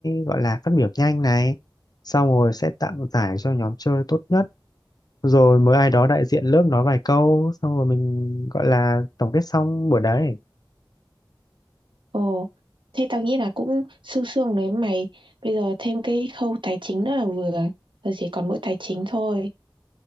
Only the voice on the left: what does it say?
gọi là phát biểu nhanh này xong rồi sẽ tặng giải cho nhóm chơi tốt nhất rồi mới ai đó đại diện lớp nói vài câu xong rồi mình gọi là tổng kết xong buổi đấy